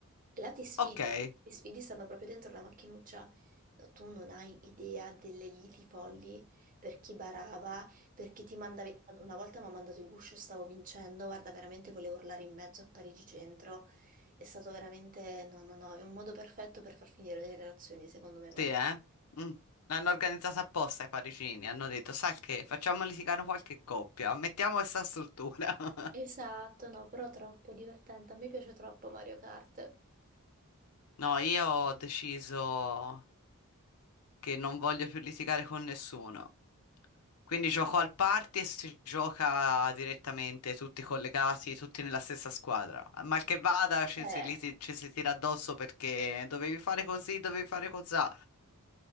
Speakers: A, on the right; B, on the left.
A: E Là ti sfidi,
B: ok.
A: ti sfidi stando proprio dentro la macchinuzza. No, tu non hai idea delle liti folli per chi barava, per chi ti mandavi. Una volta mi ha mandato il guscio, stavo vincendo, guarda, veramente volevo urlare in mezzo a Parigi Centro. È stato veramente, no, no, no, è un modo perfetto per far finire le relazioni, secondo me,
B: Sì,
A: Mario.
B: eh? Mm. L'hanno organizzata apposta i parigini. Hanno detto, sai che, facciamo litigare qualche coppia, mettiamo questa struttura. <laughs>
A: Esatto, no, però troppo divertente. A me piace troppo Mario Kart.
B: No, io ho deciso che non voglio più litigare con nessuno. Quindi gioco al party e si gioca direttamente, tutti collegati, tutti nella stessa squadra. Mal che vada, ci
A: Eh.
B: si, liti- ci si tira addosso perché dovevi fare così, dovevi fare cos'ha.